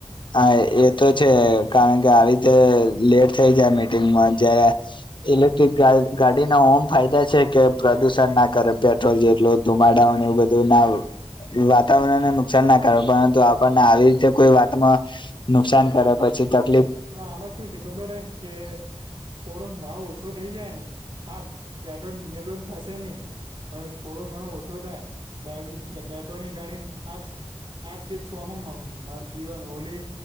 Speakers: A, on the left (about 45°); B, on the right (about 55°).
A: હા એ તો છે કારણ કે આવી રીતે લેટ થઈ જાય મીટિંગમાં જય્યારે ઇલેક્ટ્રિક ગાડી ન મ ફાયદા છે કે પ્રદુષણ ના કરે પેટ્રોલ જેટલું ધુમાડાઓને એવું બધું ના વાતાવરણને નુકસાન ના કરે પરંતુ આપણને આવી રીતે કોઈ વાતમાં નુકસાન કર્યા પછી ત
B: હા આમાં શું છે ખબર હ કે થોડોક ભાવ શું થઈ જાય ને હા એટ એટલો થશે નહી. પણ થોડું ઘણો ઓછો થાય પેટ્રોલ ની ગાડી પાચ છે. આજ કે છું આમમ મળ દવાન હોલી